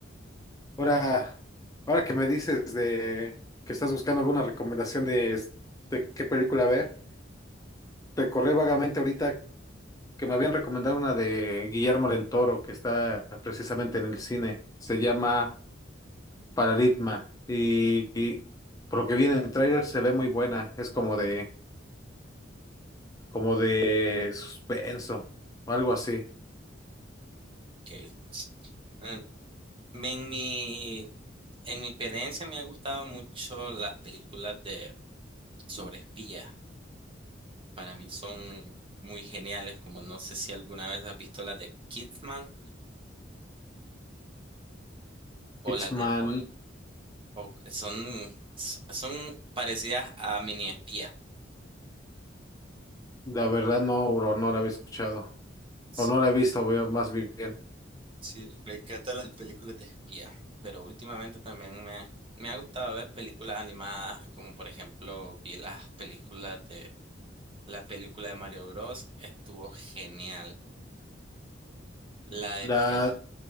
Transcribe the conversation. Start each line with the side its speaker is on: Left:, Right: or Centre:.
Left: Ahora, ahora que me dices de que estás buscando alguna recomendación de, es- de qué película ver, recordé vagamente ahorita que me habían recomendado una de Guillermo del Toro que está precisamente en el cine. Se llama para Ritma. Y, y por lo que viene en el tráiler se ve muy buena. Es como de, como de suspenso o algo así. Órale.
Right: Ok, sí. Eh, En mi, en mi experiencia me han gustado mucho las películas de sobre espías. Para mí son muy geniales, como no sé si alguna vez has visto las de Kidman o
Left: Hitman,
Right: las de... o- son, son parecidas a Mini Espía.
Left: la verdad no, bro, no la había escuchado.
Right: Sí,
Left: O no la he visto, veo más bien.
Right: sí, me encantan las películas de espía, Pero últimamente también me, me ha gustado ver películas animadas, como por ejemplo vi las películas de la película de Mario Bros. estuvo genial. La de
Left: La
Right: Pikachu,